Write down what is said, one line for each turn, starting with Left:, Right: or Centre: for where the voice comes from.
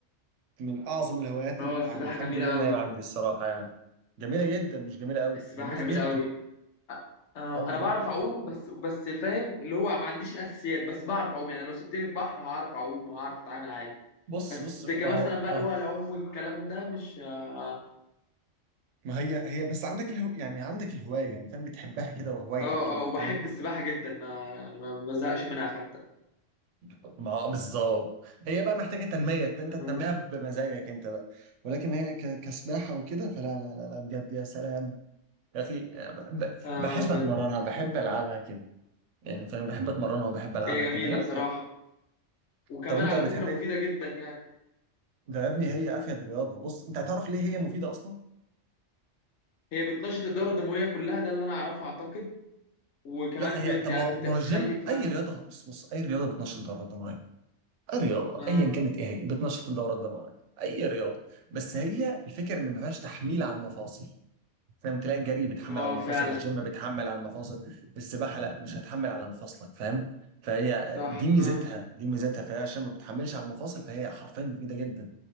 Right: من اعظم الهوايات
Left: اه
Right: اللي
Left: السباحه
Right: عندي الحمد
Left: جميله
Right: لله انها
Left: قوي
Right: عندي الصراحه يعني جميله جدا مش جميله قوي
Left: السباحه
Right: جميله
Left: جميله
Right: جدا
Left: قوي آه
Right: اه والله
Left: انا بعرف اعوم بس بس فاهم اللي هو ما عنديش الاساسيات بس بعرف اعوم يعني لو سبتني في بحر هعرف اعوم وهعرف اتعامل عادي
Right: بص
Left: بس
Right: بص ما
Left: كمثلا
Right: هو
Left: بقى اللي
Right: اه
Left: هو العوم والكلام ده مش اه
Right: ما هي هي بس عندك الهو... يعني عندك الهوايه يعني فاهم بتحبها كده وهوايتك
Left: اه
Right: كده
Left: آه، وبحب
Right: فاهم.
Left: السباحه جدا ما يعني ما ما بزهقش منها حتى
Right: ما هو بالظبط هي بقى محتاجه تنميه انت
Left: اه
Right: تنميها بمزاجك انت بقى ولكن هي ك- كسباحه وكده فلا لا لا لا بجد يا سلام يا اخي ب- ب-
Left: آه،
Right: بحب اتمرنها
Left: بجد
Right: بحب العبها كده يعني فاهم بحب اتمرنها وبحب العبها
Left: هي جميله
Right: كده لا
Left: بصراحه وكمان
Right: طب انت
Left: على
Right: بتحب
Left: فكره مفيده
Right: ايه
Left: جدا يعني
Right: ده يا ابني هي افيد رياضه بص انت هتعرف ليه هي مفيده اصلا
Left: هي بتنشط الدورة الدموية كلها ده اللي أنا أعرفه أعتقد وكمان
Right: لا هي
Left: بت
Right: طب
Left: يعني
Right: ما هو
Left: بت
Right: ما
Left: بتخلي
Right: هو الجيم
Left: فيها
Right: اي رياضه بص بص اي رياضه بتنشط الدوره الدمويه اي رياضه
Left: آه
Right: ايا كانت ايه هي بتنشط الدوره الدمويه اي رياضه بس هي الفكره ان ما فيهاش تحميل على المفاصل فاهم تلاقي الجري بيتحمل
Left: آه
Right: على مفاصل
Left: فعلا
Right: الجيم بيتحمل على المفاصل السباحه لا مش هتحمل على مفاصلك فاهم فهي
Left: صح
Right: دي ميزتها
Left: آه
Right: دي ميزتها فهي عشان ما بتحملش على المفاصل فهي حرفيا مفيده جدا